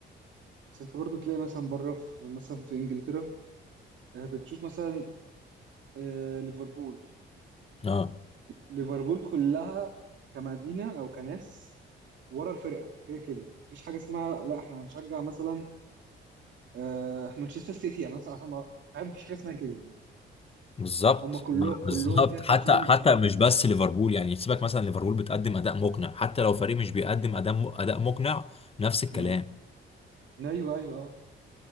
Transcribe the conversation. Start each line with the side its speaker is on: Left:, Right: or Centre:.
Right: بس انت برضو تلاقي مثلا بره في مثلا في انجلترا آه، بتشوف مثلا آه، ليفربول
Left: اه
Right: ليفربول كلها كمدينه او كناس ورا الفرقه كده كده مفيش حاجه اسمها لا احنا هنشجع مثلا آه، <laughs> مانشستر سيتي يعني مثلا هم فاهم مفيش حاجه اسمها كده يعني
Left: بالظبط
Right: هم كله
Left: ما-
Right: كلهم
Left: بالظبط
Right: كده تحسهم
Left: حتى حتى مش بس ليفربول يعني سيبك مثلا ليفربول بتقدم اداء مقنع حتى لو فريق مش بيقدم اداء اداء مقنع نفس الكلام
Right: امم ايوه ايوه اه